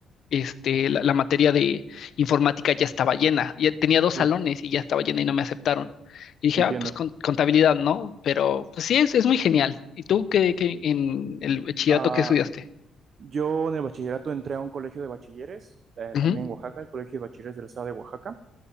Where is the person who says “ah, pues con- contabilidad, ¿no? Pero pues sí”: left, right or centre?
Left